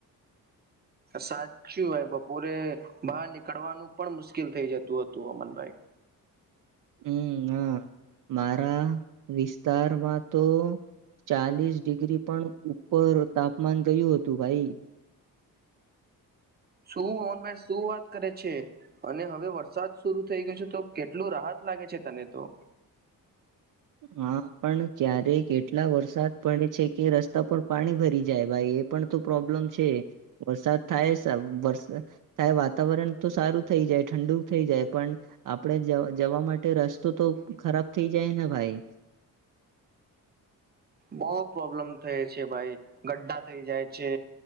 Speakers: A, on the right; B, on the right.
A: સાચું આ બપોરે બહાર નીકળવાનું પણ મુશ્કેલ થઈ જતું હતું અમનભાઈ
B: હમ હા મારા વિસ્તારમાં તો ચાલીસ ડિગ્રી પણ ઉપર તાપમાન ગયું હતું ભાઈ
A: શું હનભાઈ શું વાત કરે છે અને હવે વરસાદ શરરૂ થઈ ગયો છે તો કેટલું રાહત લાગે છે તને તો
B: હ હા પણ ક્યારેકટલા વરસાદ પડે છે કે રસ્તા પર પાણી ભરી જાય ભાઈ એ પણ તો પ્રોબ્લેમ છે વરસાદ થાય વર થાય વાતાવરણ તો સારું થાય થ જાય ઠંડુક થઈ જાય પણ આપડે જવા માટે રસ્તો તો ખરાબ થઈ જાય ને ભાઈ <inaudible>
A: બહ પ્રોબ્લેમ થાય છે ભાઈ ગ્ડા થઈ જાય છે